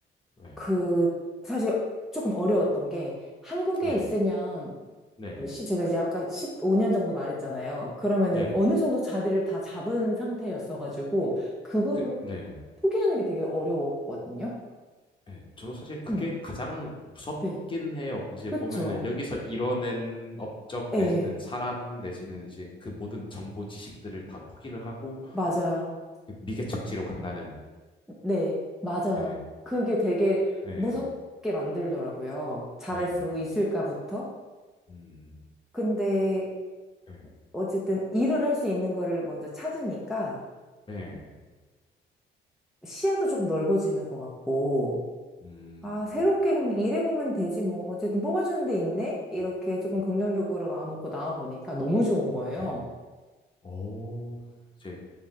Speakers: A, on the left; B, in the centre.
A: 네.
B: 그, 사실 조금 어려웠던 게 한국에
A: 네네.
B: 있으면
A: 네네.
B: 시 제가 이제 아까 15년 정도 말했잖아요. 그러면은
A: 네네.
B: 어느 정도 자리를 다 잡은 상태였어가지고
A: 그,
B: 그거를
A: 그, 네.
B: 포기하는 게 되게 어려웠거든요.
A: 네. 저도 사실 그게
B: 음,
A: 가장 무섭긴
B: 네,
A: 해요. 이제
B: 그쵸.
A: 보면은 여기서 이뤄낸 업적
B: 네,
A: 내지는 사람 내지는 이제 그 모든 정보 지식들을 다 포기를 하고
B: 맞아요.
A: 그 미개척지로 간다는
B: 네, 맞아요.
A: 네,
B: 그게 되게
A: 네,
B: 무섭게 만들더라고요. 잘할
A: 네,
B: 수 있을까부터.
A: 음,
B: 근데
A: 네,
B: 어쨌든 일을 할 수 있는 거를 먼저 찾으니까
A: 네,
B: 시야도 조금 넓어지는 것 같고.
A: 음,
B: 아, 새롭게 그럼 일해보면 되지 뭐. 어쨌든 뽑아주는 데 있네? 이렇게
A: 음,
B: 조금
A: 음.
B: 긍정적으로 마음먹고 나와보니까 너무 좋은 거예요.
A: 네, 오, 이제